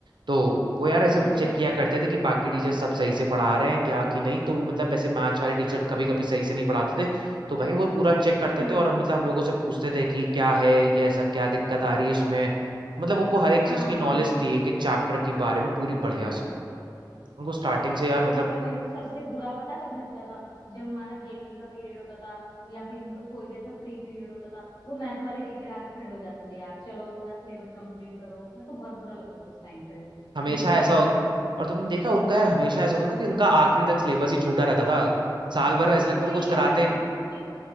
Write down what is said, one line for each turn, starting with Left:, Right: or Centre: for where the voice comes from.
Right: तो वो यार ऐसे
Left: अच्छा
Right: चेक किया करते थे कि बाकी टीचर सब सही से पढ़ा रहे हैं क्या कि नहीं तो वो मतलब ऐसे मैथ्स वाले टीचर कभी कभी सही से नहीं पढ़ाते थे तो भाई वो पूरा चेक करते
Left: हम्म
Right: थे और मतलब हम लोगों से पूछते थे कि क्या है ये ऐसा क्या दिक्कत आ रही है इसमें मतलब उनको हर एक चीज
Left: हाँ
Right: की नॉलेज
Left: हाँ हाँ
Right: थी एक एक चैप्टर के बारे में पूरी
Left: हम्म
Right: बढ़िया से उनको स्टार्टिंग से यार मतलब
Left: अरे पर मेरे को सबसे बुरा पता कब लगता था जब हमारा गेमिंग का पीरियड होता था या फिर मतलब कोई भी ऐसा फ्री पीरियड होता था वो मैथ वाले टीचर आके खड़े हो जाते थे यार चलो अपना सिलेबस कंप्लीट करो मेरे को बहुत बुरा लगता था उस टाइम पे
Right: हमेशा
Left: गुस्सा
Right: ऐसा
Left: आता
Right: हो
Left: था
Right: और तुमने देखा उनका यार हमेशा ऐसा होता था कि उनका आखिरी तक सिलेबस ही छूटा रहता था साल भर ऐसे लगता
Left: वही
Right: था कुछ कराते
Left: यार
Right: ही
Left: <laughs>